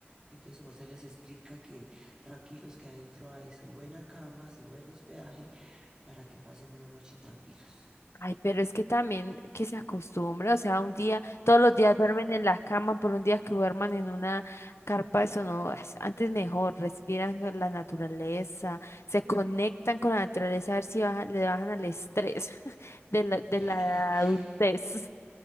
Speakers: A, on the right (about 15°); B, on the left (about 80°).
A: Entonces su merced les explica que tranquilos que adentro hay su buena cama, su buen hospedaje para que pasen una noche tranquilos.
B: Ay, pero es que también que se acostumbra, o sea, un día, todos los días duermen en la cama, por un día que duerman en una carpa, eso no, es- antes mejor, respiran con la naturaleza, se conectan con la naturaleza, a ver si baja- le bajan al estrés <laughs> de la, de
A: <laughs>
B: la adultez.